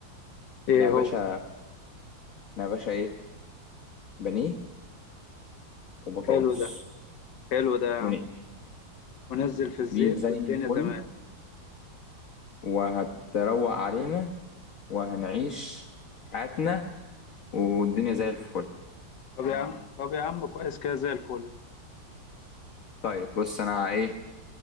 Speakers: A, on the left (about 70°); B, on the left (about 50°).
A: ايه
B: احنا يا
A: هو
B: باشا احنا يا باشا ايه بانيه وبطاطس
A: حلو ده حلو ده يا
B: ونقل
A: عم ونزل في الزيت
B: دي زي
A: والدنيا
B: الفل
A: تمام
B: وهتروق علينا وهنعيش حياتنا والدنيا زي الفل
A: طب يا عم طب يا عم كويس كده زي الفل
B: طيب بص انا ايه